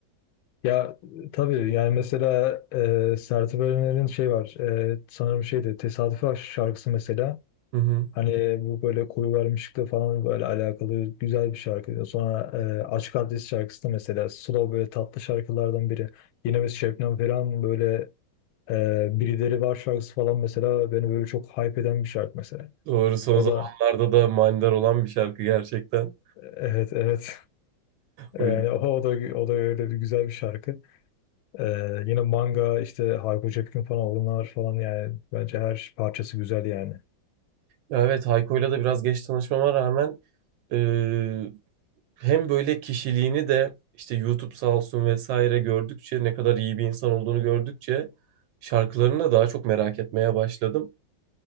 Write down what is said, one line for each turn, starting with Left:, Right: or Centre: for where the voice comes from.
Left: ya tabii yani mesela e, Sertab Erener'in şey var. E, sanırım şeydi Tesadüfi Aşk şarkısı mesela.
Right: Hı hı.
Left: Hani bu böyle koyu vermişlikle falan böyle alakalı güzel bir şarkı. Sonra e, Açık Adres şarkısı da mesela slow böyle tatlı şarkılardan biri. Yine biz Şebnem Ferah'ın böyle Ee, Birileri Var şarkısı falan mesela beni böyle çok hype eden bir şarkı mesela.
Right: Doğru son
Left: O
Right: zamanlarda
Left: da
Right: da manidar olan bir şarkı gerçekten.
Left: evet evet <laughs>
Right: O
Left: yani o, o da o da öyle bir güzel bir şarkı. Ee, yine Manga işte Hayko Cepkin falan onlar falan yani bence her parçası güzel yani.
Right: Evet Hayko'yla da biraz geç tanışmama rağmen e, hem böyle kişiliğini de işte YouTube sağ olsun vesaire gördükçe ne kadar iyi bir insan olduğunu gördükçe şarkılarını da daha çok merak etmeye başladım.